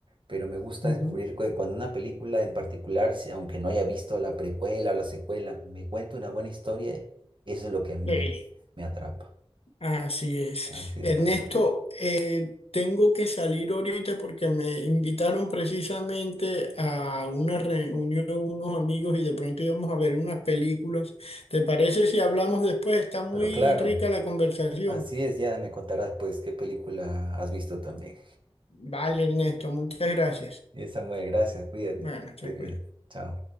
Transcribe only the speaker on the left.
Ujú.
Sí.
Así es.
Ernesto,
eh, tengo que salir ahorita porque me invitaron precisamente a una reunión unos amigos y de pronto íbamos a ver unas películas. ¿Te parece si hablamos después? Está muy
rica la conversación.
Vale, Ernesto, muchas gracias.
Bueno,
se
cuida.